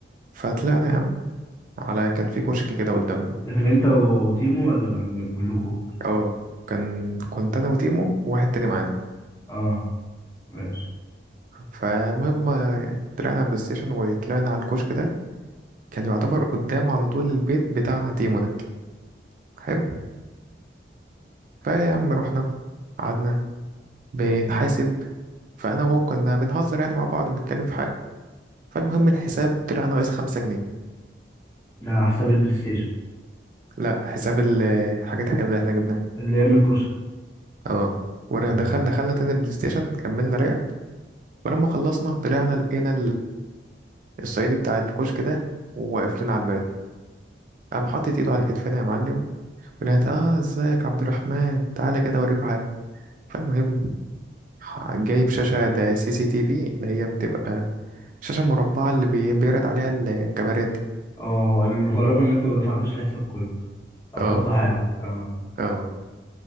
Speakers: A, on the right (about 45°); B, on the left (about 15°).
A: فطلعنا يا عم على كان في كشك كده قدامنا
B: ده كان انت وتيمو ولا كان كلكوا
A: اه كان كنت انا وتيمو وواحد تاني معانا
B: اه ماشي
A: فالمهم آه، طلعنا على البلاي ستيشن وطلعنا على الكشك ده كان يعتبر قدام على طول البيت بتاع تيمو ده حلو فيا عم رحنا قعدنا بنحاسب فانا وهو كنا بنهزر يعني مع بعض بنتكلم في حاجه فالمهم الحساب طلع ناقص خمسة جنيه
B: ده على حساب البلاي ستيشن
A: لا حساب ال- حاجة حلوة اللي احنا جبناها
B: اللي يملك كشك
A: اه ودخل
B: تمام
A: دخلنا تاني البلاي ستيشن كملنا لعب ولما خلصنا طلعنا لقينا الصعيدي بتاع الكشك ده وواقف لنا على الباب قام حاطط ايده على كتفنا يا معلم ولقيت اه ازيك عبد الرحمن تعالى كده اوريكوا حاجه فالمهم ح- جايب شاشه ده سي سي تي في اللي هي بتبقى شاشه مربعه اللي بي- بيعرض عليها الكاميرات دي
B: اه قال له، هو الرقم اللي انت ما دفعتوش الحساب كله او
A: اه
B: خدته حاجه اه
A: اه